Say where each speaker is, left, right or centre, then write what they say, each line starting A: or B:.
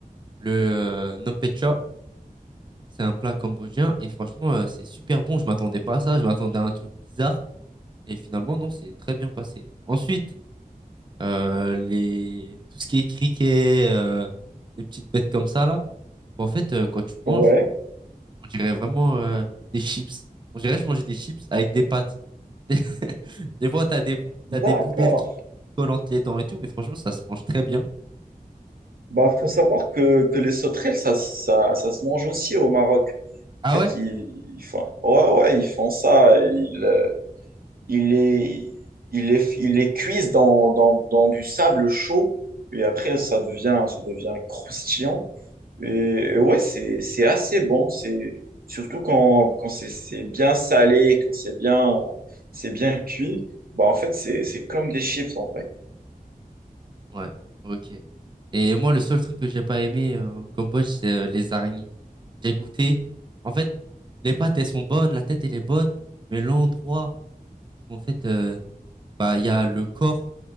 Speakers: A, on the right; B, on the right.
A: le euh, Nampecha. C'est un plat cambodgien et franchement, euh, c'est super bon. Je m'attendais pas à ça. Je m'attendais à un truc bizarre. Et finalement, non, c'est très bien passé. Ensuite, euh, les... tout ce qui est criquet, euh, les petites bêtes comme ça, là, bon, en fait, euh, quand tu
B: Ouais.
A: manges, on dirait vraiment euh, des chips. On dirait que je mangeais des chips avec des pâtes. <laughs> Des, des fois, t'as des... t'as
B: D'accord.
A: des bouts d'aile qui te collent entre les dents et tout, mais franchement, ça se mange très bien.
B: Bah, faut savoir que, que les sauterelles, ça, ça, ça se mange aussi au Maroc.
A: Ah
B: En fait,
A: ouais?
B: ils, ils font, ouais, ouais, ils font ça. Ils, euh, ils les, ils les, ils les cuisent dans, dans, dans du sable chaud. Et après, ça devient, ça devient croustillant. Et, et ouais, c'est, c'est assez bon. C'est, surtout quand, quand c'est c'est bien salé, quand c'est bien, c'est bien cuit. Bah, en fait, c'est c'est comme des chips en vrai.
A: Ouais, ok. Et moi, le seul truc que j'ai pas aimé euh, au Cambodge, c'est euh, les araignées. J'ai goûté. En fait, les pâtes, elles sont bonnes, la tête, elle est bonne, mais l'endroit où, en fait, euh, bah, il y a le corps